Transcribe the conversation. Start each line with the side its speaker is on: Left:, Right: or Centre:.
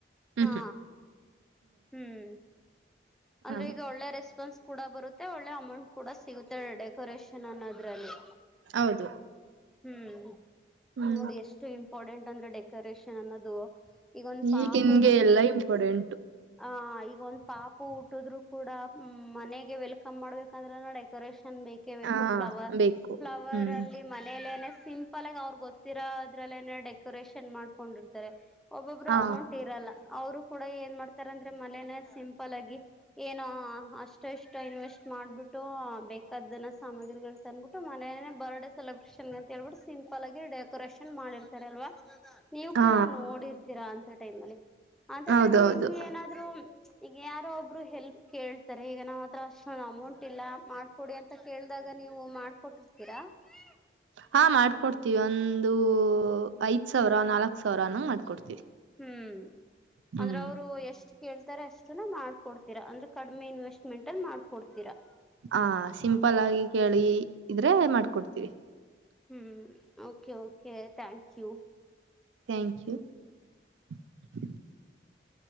Right: ಹ್ಮ್
Centre: ಹಾ ಹ್ಮ್. ಅಂದ್ರೆ
Right: ಹ್ಮ್
Centre: ಈಗ ಒಳ್ಳೆ ರೆಸಪ ಪನ್ಸ್ ಕೂಡ ಬರುತ್ತೆ ಒಳ್ಳೆ ಅಮೌಂಟ್ ಕೂಡ ಸಿಗುತ್ತೆ ಡೆಕೋರೇಷನ್ ಅನ್ನೋದ್ರಲ್ಲಿ.
Right: ಹೌದು.
Centre: ಹ್ಮ್
Right: ಹ್ಮ್
Centre: ನೋಡಿ ಎಷ್ಟು ಇಂಪಾರ್ಟೆಂಟ್ ಅಂದ್ರೆ ಡೆಕೋರೇಷನ್ ಅನ್ನೋದು. ಈಗೊಂದ್ ಪಾಪ
Right: ಈಗಿನ್ಗೆ
Centre: ಊಟ್
Right: ಎಲ್ಲಾ ಇಂಪಾರ್ಟೆಂಟ್
Centre: ಆ ಈಗೊಂದು ಪಾಪ ಪ್ಪು ಊಟ್ಟದ್ರು ಕೂಡ ಹ್ ಮನೆಗೆ ವೆಲ್ಕಮ್ ಮಾಡ್ಬೇಕಂದ್ರೆ ಡೆಕೋರೇಷನ್ ನಂಗ್ ಬೇಕೇ ಬೇಕು
Right: ಹಾ
Centre: ಫ್ಲವರ್
Right: ಬೇಕು
Centre: ಫ್ಲವರ್
Right: ಹ್ಮ್
Centre: ಅಲ್ಲಿ ಮನೇಲೆನೆ, <unintelligible> ಸಿಂಪಲ್ ಆಗಿ ಅವ್ರಗ್ ಗೊತ್ತಿರೋ ಅದ್ರಲ್ಲ ನ ಡೆಕೋರೇಷನ್ ಮಾಡ್ಕೊಂಡಿರ್ತಾರೆ. <unintelligible> ಒಬ್ಬೊಬ್ರು
Right: ಹ
Centre: ಅಮೌಂಟ್ ಇರಲ್ಲ ಅವರು ಕೂಡ ಏನ್ ಮಾಡ್ತಾರೆ ಅಂದ್ರೆ ಮನೆ ನೆ ಸಿ <unintelligible> ಸಿಂಪಲ್ ಆಗಿ ಏನೋ ಅಷ್ಟ ಇಷ್ಟು ಇನ್ವೆಸ್ಟ್ ಮಾಡ್ಬಿಟ್ಟು <unintelligible> ಟು ಬೇಕಾದನ ಸಾಮಗ್ರಿಗಳು ತಂದ್ಬಿಟ್ಟು ಮನೆಯಲ್ಲಿ ಬರ್ಡ್ <unintelligible> ಸೆಲೆಬ್ರೇಷನ್ ಅಂತ ಹೇಳ್ ಬಿಟ್ಟ ಸಿಂಪಲ್ ಆಗಿ ಡೇ <unintelligible> ಡೆಕೋರೇಶನ್ ಕ ಮಾಡಿರ್ತಾರ ಅಲ್ವಾ ನೀವು
Right: ಹಾ
Centre: ಕೂಡ ನೋಡಿರ್ತೀರಾ ಅಂತ ಟೈಮ್ ಅಲ್ಲಿ. <unintelligible> ಅಂತ
Right: ಹೌದೌದು
Centre: ಟೈಮಲ್ ನಿಮಗೆ ಏನಾದ್ರು ಈಗ ಯಾರೋ ಒಬ್ಬರು ಹೆಲ <unintelligible> ಕೇಳ್ತಾರೆ ಈಗ ನಮ್ಮ ಹತ್ರ ಅಷ್ಟತ್ತೊಂದ ಅಮೌಂಟ್ ಇಲ್ಲ ಮಾಡ್ಕೊಡಿ ಅಂತ ಕೇಳಿದಾಗ ನೀವು ಮಾಡ್ಕೊಟ್ಟಿರ್ತೀರಿ <unintelligible> ದಾ. <unintelligible>
Right: ಹಾ ಮಾಡ್ಕೊಡ್ತಿವಿ ಒಂದು ಐದ್ ಸಾವಿರ ನಾಲ್ಕ್ ಸಾವಿರನೂ ಮಾಡ್ಕೊಡ್ತೀವಿ. <unintelligible>
Centre: ಹೂ <unintelligible>
Right: ಹ್ಮ್
Centre: ಅಂದ್ರ ಅವ್ರು ಎಷ್ಟು ಕೇಳ್ತಾರೆ ಅಷ್ಟುನ ಮಾಡ್ ಕೊಡತೀರಾ ಅಂದ್ರ ಕಡಿಮೆ ಇನ್ವೆಸ್ಟ್ಮೆಂಟ್ ಅಲ್ಲಿ ಮಾಡ್ಕೊಡ್ <unintelligible> ಸಿರಾ <unintelligible>
Right: ಆ ಸಿಂಪಲ್ ಆಗಿ ಕೇಳಿ ಇದ್ರೆ ಮಾಡ್ಕೊಡ್ತೀವಿ. <unintelligible>
Centre: ಹೂ ಓಕೆ ಓಕೆ ಥ್ಯಾಂಕ್ಯು. <unintelligible>
Right: ಥ್ಯಾಂಕ್ಯು. <unintelligible>